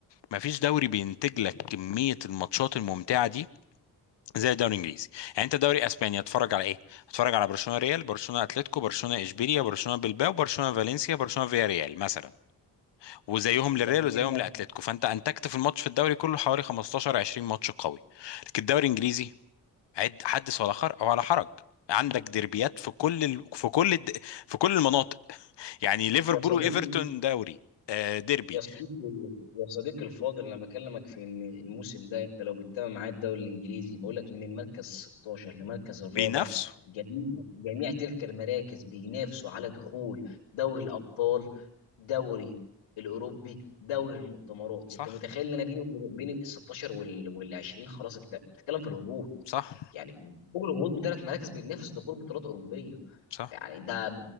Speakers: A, on the left; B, on the left.
A: مفيش دوري بينتج لك كمية الماتشات الممتعة دي زي الدوري الانجليزي يعني انت دوري اسبانيا اتفرج على ايه اتفرج على برشلونه ريال برشلونه اتلتيكو برشلونه اشبيليا برشلونه بلباو برشلونه فالنسيا برشلونه فيا ريال مثلا وزيهم للريال
B: ده حقيقي
A: وزيهم
B: فعلا
A: لاتلتيكو فانت انتجت في الماتش في الدوري كله حوالي 15 20 ماتش قوي لكن الدوري الانجليزي عد حدث ولا خر ولا حرج عندك ديربيات في كل ال... في كل الد... في كل المناطق يعني ليفربول
B: يا صديقي
A: وايفرتون دوري آه ديربي
B: يا صديقي يا صديقي الفاضل انا بكلمك في ان الموسم ده انت لو بتتابع معايا الدوري الانجليزي بقول لك من المركز 16 لمركز الرابع
A: بينافسوا
B: جميع جميع تلك المراكز بينافسوا على دخول دوري الابطال دوري الاوروبي دوري المؤتمرات
A: صح
B: انت متخيل ان انا بيني وبين بين ال 16 وال وال 20 خلاص انت بتتكلم في الهبوط
A: صح
B: يعني فوق الهبوط بثلاث مراكز بينافس دخول بطولات اوروبيه
A: صح
B: يعني ده